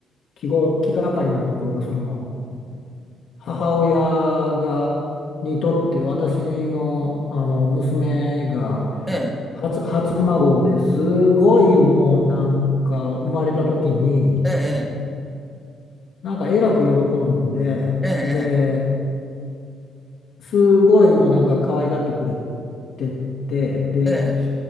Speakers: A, on the left; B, in the centre.
A: 気ご、気がかりなところが、その、母親が、にとって私の、あの娘が
B: ええ、
A: 初、初孫ですごいもうなんか生まれた時に
B: ええ、
A: なんかえらく喜んでで
B: ええ、
A: すごいもうなんか可愛がってくれててで
B: ええ、